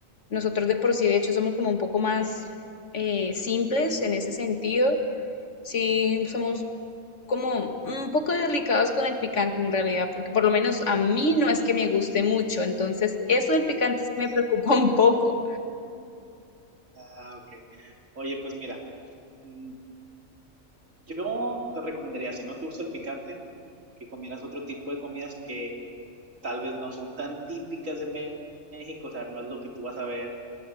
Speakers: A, on the left; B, on the right.
A: Nosotros de por sí, de hecho, somos como un poco más eh, simples en ese sentido. Sí, somos como un poco delicados con el picante en realidad, porque por lo menos a mí no es que me guste mucho, entonces eso del picante sí me preocupa <laughs> un poco.
B: Ah, ok. Oye, pues mira, mm, yo te recomendaría, si no te gusta el picante, que comieras otro tipo de comidas que tal vez no son tan típicas de Me- México, o sea, no es lo que tú vas a ver.